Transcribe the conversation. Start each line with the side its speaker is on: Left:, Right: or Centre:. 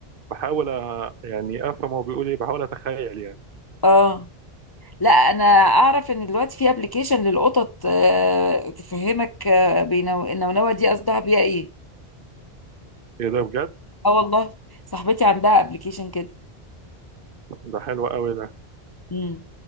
Right: بحاول أ- يعني افهم هو بيقول ايه بحاول اتخيل يعني
Left: اه لا انا اعرف ان دلوقتي في ابلكيشن للقطط آه، تفهمك آه، بينو... النونوه دي قصدها بيها ايه
Right: ايه ده بجد
Left: اه والله صاحبتي عندها ابلكيشن كده
Right: ده حلو قوي ده
Left: امم